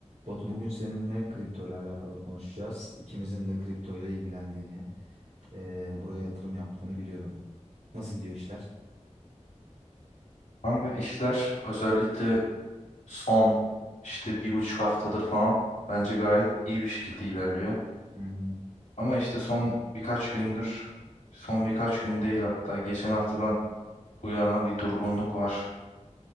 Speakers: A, on the right; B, on the left.
A: Batu bugün seninle kripto ile alakalı konuşacağız. İkimizin de kripto ile ilgilendiğini, eee, buraya yatırım yaptığını biliyorum. Nasıl gidiyor işler?
B: Kanka işler özellikle son işte bir buçuk haftadır falan bence gayet iyi bir şekilde ilerliyor.
A: Hı hı.
B: Ama işte son birkaç gündür, son birkaç gün değil hatta geçen haftadan bu yana bir durgunluk var.